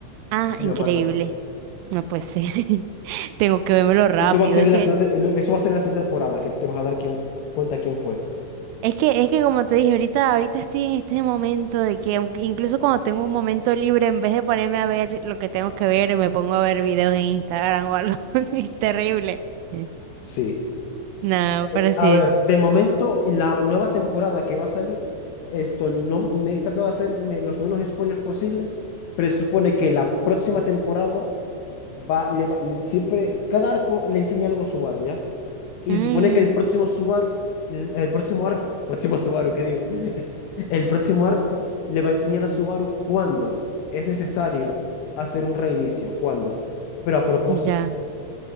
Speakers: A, on the right; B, on the left.
A: Ah,
B: o qué
A: increíble.
B: lo mató.
A: No puede ser. <laughs> Tengo que vérmelo rápido.
B: Eso va a ser
A: Es
B: en
A: que
B: la segunda, te- eso va a ser en la segunda temporada, que te vas a dar quién- cuenta quién fue.
A: Es que, es que como te dije, ahorita, ahorita estoy en este momento de que aunque- incluso cuando tengo un momento libre, en vez de ponerme a ver lo que tengo que ver, me pongo a ver videos en Instagram o algo. <laughs> Es terrible. Eh,
B: Sí.
A: No,
B: Eh,
A: pero sí.
B: A ver, de momento, la nueva temporada que va a salir, esto no me he tratado de hacerme los menos spoilers posibles, pero se supone que la próxima temporada va, le va- siempre, cada arco le enseña algo a Subaru, ¿ya? Y
A: Mm,
B: se supone que el próximo Subaru, el el próximo arco, <laughs> próximo Subaru, ¿qué digo? <laughs> El próximo arco le va a enseñar a Subaru cuándo es necesario hacer un reinicio, cuándo, pero a propósito.
A: ya.